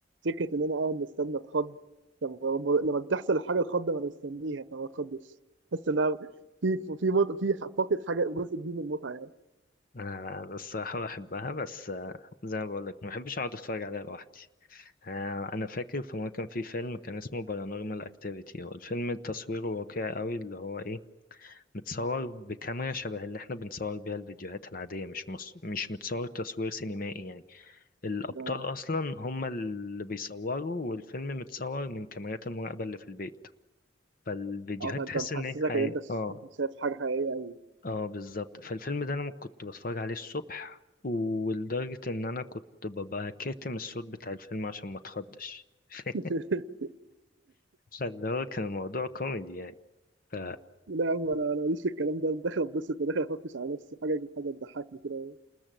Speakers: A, on the right; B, on the left.
A: فكرة ان انا قاعد مستني اتخض طب هو لما بتحصل الحاجة الخضة ما انا مستنيها فما بتخضش بحس ان أنا في في مط... في ح- فاقد حاجة جزء كبير من المتعة يعني
B: أنا الصراحة بحبها بس آه، زي ما بقولك ما بحبش أقعد أتفرج عليها لوحدي آه، انا فاكر في مره كان في فيلم كان اسمه بارانورمال اكتيفيتي هو الفيلم تصويره واقعي قوي اللي هو ايه متصور بكاميرا شبه اللي احنا بنصور بيها الفيديوهات العاديه مش مص... مش متصور تصوير سينمائي يعني الابطال
A: اه
B: اصلا هم اللي بيصوروا والفيلم متصور من كاميرات المراقبه اللي في البيت فالفيديوهات
A: آه، فانت
B: تحس
A: محسسك
B: ان هي حي...
A: ان انت
B: اه
A: شايف حاجة حقيقية أوي
B: اه بالظبط فالفيلم ده انا م- كنت بتفرج عليه الصبح ولدرجه ان انا كنت ببقى كاتم الصوت بتاع الفيلم عشان ما اتخضش <laughs>
A: <laughs>
B: فاللي هو كان الموضوع كوميدي يعني ف
A: لا يا عم انا انا ماليش في الكلام ده أنا داخل اتبسط وداخل افرفش على نفسي حاجه حاجه تضحكني كده